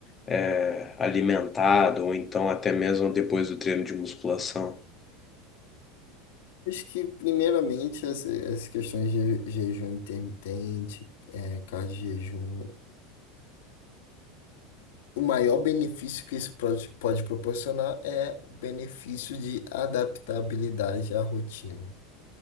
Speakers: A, on the left; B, on the left.
A: é, alimentado, ou então até mesmo depois do treino de musculação?
B: Acho que, primeiramente, essa- essas questões de jejum intermitente, é, cardio-jejum, o maior benefício que isso pode, pode proporcionar é o benefício de adaptabilidade à rotina.